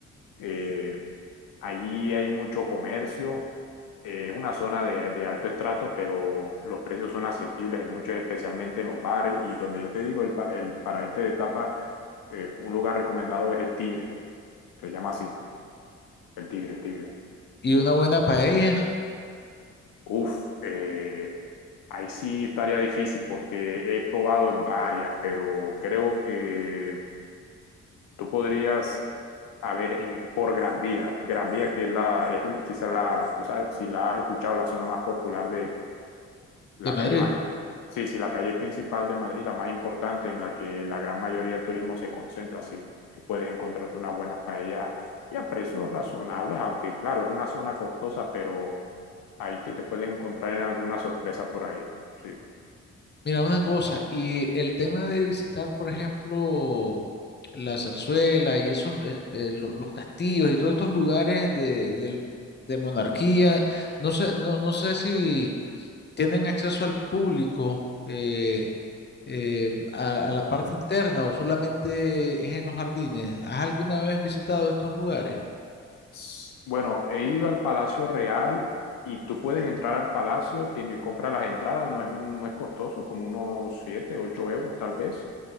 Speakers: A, on the left; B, on the left.
A: eh, ahí hay mucho comercio, Eh, es una zona de, de alto estrato, pero los precios son asequibles en muchos, especialmente en los bares. Y donde yo te digo, el, ba- el para irte de tapa, eh, un lugar recomendado es el Tigre. Se llama así, el Tigre, el Tigre.
B: y una buena paella
A: Uf, eh, ahí sí estaría difícil porque he probado en varias, pero creo que tú podrías, a ver, en, por Gran Vía. Gran Vía que es la, es quizás la, la, tú sabes, si la has escuchado, la zona más popular de, la
B: de Madrid.
A: calle más, sí, sí, la calle principal de Madrid, la más importante en la que la gran mayoría del turismo se concentra, sí. Que puedes encontrarte unas buenas paellas y a precios razonables, aunque claro, es una zona costosa, pero ahí que te puedes encontrar en alguna sorpresa por ahí. Sí.
B: Mira, una cosa, y el tema de visitar, por ejemplo, la Zarzuela y esos, eh, eh, lo- los castillos y todos estos lugares de, del- de monarquía, no sé, no, no sé si tienen acceso al público eh, eh, a, a la parte interna o solamente es en los jardines. ¿Has alguna vez visitado estos lugares?
A: S- Bueno, he ido al Palacio Real y tú puedes entrar al palacio, tiene, compra las entradas, no es, no es costoso, como unos 7 8 euros tal vez,